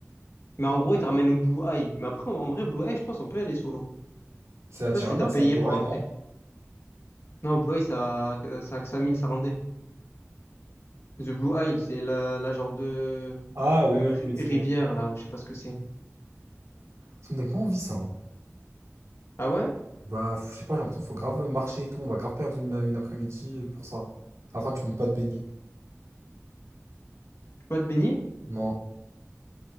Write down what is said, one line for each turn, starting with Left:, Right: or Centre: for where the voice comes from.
Left: Mais en gros, il te ramène au Blue Eye. Mais après, en en vrai, Blue Eye, je pense, on peut aller solo.
Right: C'est à
Left: pas
Right: Tirana,
Left: si tu t'as payé
Right: ça, Blue
Left: pour
Right: Eye,
Left: entrer.
Right: non?
Left: Non, Blue Eye, ça, ça, a que 5000, ça rendait. The Blue Isle, c'est la, la genre de,
Right: Ah oui,
Left: de
Right: oui,
Left: ri-
Right: oui, c'est
Left: rivière,
Right: bon.
Left: là, où je sais pas ce que c'est.
Right: Ça me donne pas envie, ça. hein.
Left: Ah ouais? Tu
Right: Bah, f- je sais pas, j'ai l'impression qu'il faut grave marcher et tout. On va grave perdre une, une après-midi euh, pour ça. Enfin, tu peux même pas te baigner.
Left: peux pas te baigner?
Right: Non.